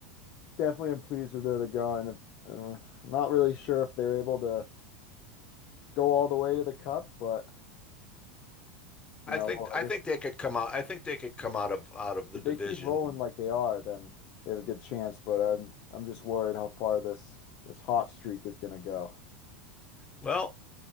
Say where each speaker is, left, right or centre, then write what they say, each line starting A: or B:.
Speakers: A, on the left (about 40°); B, on the left (about 15°).
A: definitely am pleased with where they're going. Uh, I'm not really sure if they're able to go all the way to the cup, but you
B: I
A: know,
B: think
A: well,
B: I
A: I guess.
B: think they could come out. I think they could come out of out of the
A: If
B: division.
A: they keep rolling like they are, then they have a good chance, but I'm I'm just worried how far this this hot streak is gonna go.
B: Well,